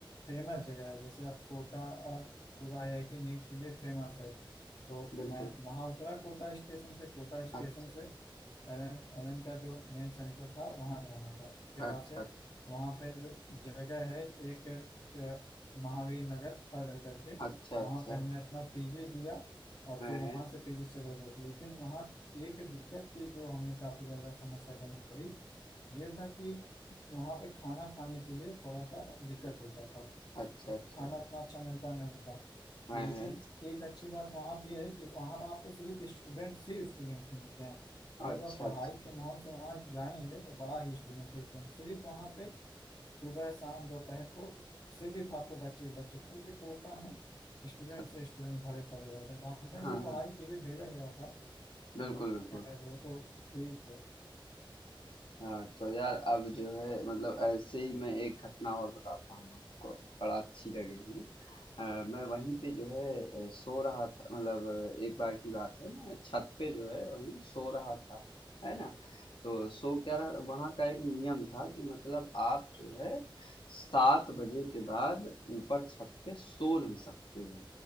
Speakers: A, on the left; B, on the left.
A: फेमस जगह है जैसे आप कोटा अ, पूरा आईआईटी नीट के लिए फेमस है तो
B: बिल्कुल
A: मैं वहाँ उतरा कोटा स्टेशन पे कोटा स्टेशन
B: अच्छा
A: से एलएन का जो मेन सेंटर था वहाँ जाना था उसके बाद
B: अच्छा
A: से
B: अच्छा
A: वहाँ पे जो जगह है एक अ, महावीर नगर थर्ड करके
B: अच्छा अच्छा
A: वहाँ पे हमने अपना पीजी लिया और
B: हाँ
A: फिर
B: है
A: वहाँ से पीजी चले गए लेकिन वहाँ एक दिक्कत थी जो हमें काफ़ी ज़्यादा समस्या करनी पड़ी ये था कि वहाँ पे खाना खाने के लिए थोड़ा सा दिक्कत होता था
B: अच्छा अच्छा
A: खाना उतना अच्छा मिलता नहीं था
B: हैं,
A: लेकिन
B: हैं।
A: एक अच्छी बात वहाँ पे है कि वहाँ पर आपको सिर्फ स्टूडेंट ही स्टूडेंट्स मिलते हैं अगर
B: अच्छा,
A: वह पढ़ाई के माहौल से वहाँ जाएंगे तो बड़ा ही स्टूडेंट है student। सिर्फ वहाँ पे सुबह शाम दोपहर को सिर्फ आपको बच्चे ही बच्चे पूरी कोटा में स्टूडेंट
B: अच्छा।
A: से स्टूडेंट भरे पड़े रहते हैं वहाँ पे
B: हाँ,
A: भी पढ़ाई
B: हाँ।
A: के लिए भेजा गया था
B: बिल्कुल,
A: तो
B: बिल्कुल।
A: खैर वो तो ठीक है
B: हाँ तो यार अब जो है मतलब ऐसे ही मैं एक घटना और बताता हूँ आपको बड़ा अच्छी लगेगी अ, मैं वहीं पे जो है अ, सो रहा था मतलब अ, एक बार की बात है मैं छत पे जो है वहीं सो रहा था है ना तो सो क्या रहा वहाँ का एक नियम था कि मतलब आप जो है सात बजे के बाद ऊपर छत पे सो नहीं सकते हो